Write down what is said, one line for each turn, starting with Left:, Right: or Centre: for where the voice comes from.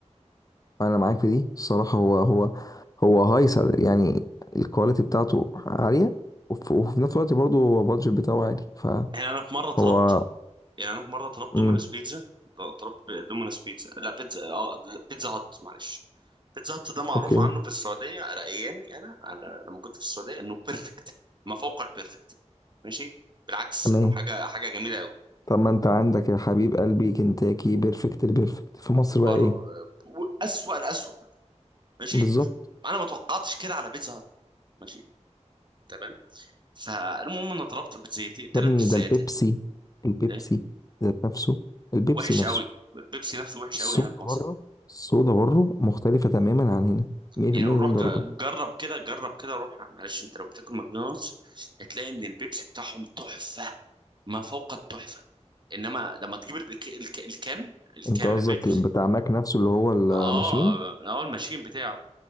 Left: انا معاك في دي الصراحه هو هو هو هايصه يعني الكواليتي بتاعته عاليه وف- وفي نفس الوقت برضه هو البادجت بتاعه عالي
Right: يعني انا في مره طلبت
Left: فهو
Right: يعني انا في مره طلبت
Left: امم
Right: دومينوز بيتزا طلبت دومينوز بيتزا لا بيتزا اه لا، بيتزا هات معلش بيتزا هات ده معروف
Left: اوكي
Right: عنه في السعوديه على ايامي انا على لما كنت في السعوديه انه بيرفكت ما فوق البيرفكت ماشي بالعكس
Left: تمام
Right: انه حاجه حاجه جميله قوي
Left: طب ما انت عندك يا حبيب قلبي كنتاكي بيرفكت البيرفكت في مصر بقى
Right: بر...
Left: ايه
Right: اسوأ الاسوأ ماشي
Left: بالظبط
Right: انا ما توقعتش كده على بيتزا هات ماشي تمام فالمهم انا طلبت بيتزايتين ثلاث
Left: يا ابني
Right: بيتزايتين
Left: ده البيبسي البيبسي
Right: ايه
Left: ذات نفسه البيبسي
Right: وحش
Left: نفسه
Right: قوي البيبسي نفسه وحش
Left: الصودا
Right: قوي هنا في
Left: بره
Right: مصر
Left: الصودا بره مختلفة تماما عن هنا 180
Right: يعني روح ج-
Left: درجة
Right: جرب كده جرب كده روح معلش انت لو بتاكل ماكدونالدز هتلاقي ان البيبسي بتاعهم تحفة ما فوق التحفة انما لما تجيب الك... الك... الكان الكان
Left: انت قصدك
Right: البيبسي
Left: بتاع ماك نفسه اللي هو الماشين
Right: اه اه الماشين بتاعه